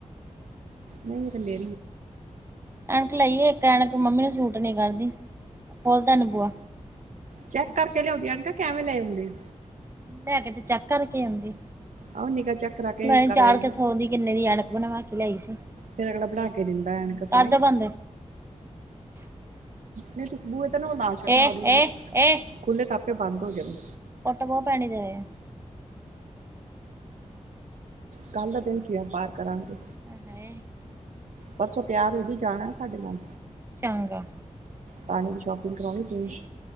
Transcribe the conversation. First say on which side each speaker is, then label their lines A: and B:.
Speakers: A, on the right; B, on the right.
A: ਨਹੀਂ ਉਹ ਤਾਂ ਲੇ
B: ਐਣਕ ਲਾਈ ਹੋਈ ਏ ਇੱਕ ਐਣਕ ਮੰਮੀ ਨੂੰ ਸੂਟ ਨੀ ਕਰਦੀ। ਖੋਲਦਾ ਨੀ ਬੂਆ
A: ਚੈੱਕ ਕਰਕੇ ਲਿਆਉਂਦੀ ਆਂ ਕਿ ਐਵੇਂ ਲੈ ਆਉਂਦੇ।
B: ਲੈ ਕੇ ਤੇ ਚੈੱਕ ਕਰਕੇ ਆਉਂਦੀ ਏ
A: ਆਹ ਨਿਗਾ ਚੈੱਕ ਕਰਾ ਕੇ
B: ਮੈਂ
A: ਕਰਾਈ
B: ਚਾਰ ਕ ਸੌ ਦੀ ਕਿੰਨੇ ਦੀ ਐਣਕ ਬਣਵਾ ਕੇ ਲਾਈ ਸੀ।
A: ਫਿਰ ਅਗਲਾ ਬਣਾ ਕੇ ਦਿੰਦਾ ਐਣਕ
B: ਕਰਦੋ
A: ਤਾਂਈ
B: ਬੰਦ
A: ਨਹੀਂ ਖਸ਼ਬੂ ਤੈਨੂੰ ਲ ਸਕ
B: ਏ ਏ ਏ
A: ਖੁੱਲ੍ਹੇ-ਖਾਤੇ ਬੰਦ ਹੋਗੇ ਨੇ
B: ਕੁੱਟ ਬਹੁ ਪੈਣੀ ਤੇਰੇ।
A: ਕੱਲ ਦਾ ਦਿਨ ਕੀ ਆ ਪਾਠ ਕਰਾਂਗੇ।
B: ਹੈ,
A: ਪਰਸੋਂ ਤਿਆਰ ਹੋਜੀ ਜਾਣਾ ਸਾਡੇ ਨਾਲ
B: ਚੰਗਾ।
A: ਪਾਣੀ ਦੀ ਸ਼ਾਪਿੰਗ ਕਰਾਉਣੀ ਤੁਹੀ।